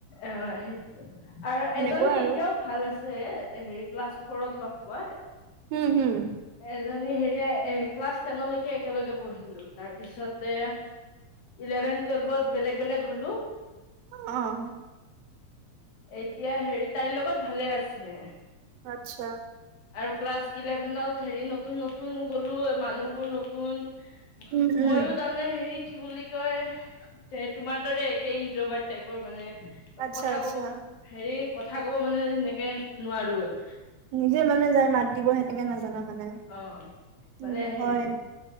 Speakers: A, on the left; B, on the right.
A: অ' সেইটো আৰু
B: সেনেকুৱা
A: এজনী এতিয়াও
B: আৰু
A: ভাল আছে হেৰি ক্লাছ ফৰত পোৱা।
B: উম হম।
A: হেৰি স্কাছ টেনৰ লৈকে একেলগে পঢ়িছিলো তাৰপিছতে ইলেভেনট ভ টুৱেলভত বেলেগ বেলেগ হ'লো।
B: অ'।
A: এতিয়া হেৰি তাইৰ লগত ভালে আছে।
B: আত্ছা।
A: আৰু ক্লাছ ইলেভেনত হেৰি নতুন নতুন গ'লোঁ মানুহবোৰ নতুন।
B: উম উম
A: ময়ো তাৰমানে হেৰি কি বুলি কয় যে তোমাৰ দৰে একে ইনত্ৰবাদ টাইপৰ মানে।
B: আচ্ছা
A: কথা
B: আচ্ছা
A: কব হেৰি কথা কব মানে সেনেকে নোৱাৰো আৰু।
B: নিজে মানে যাই মাতিব সেনেকে নাজানা মানে,
A: অ মানে
B: উম
A: হেৰি
B: হয়।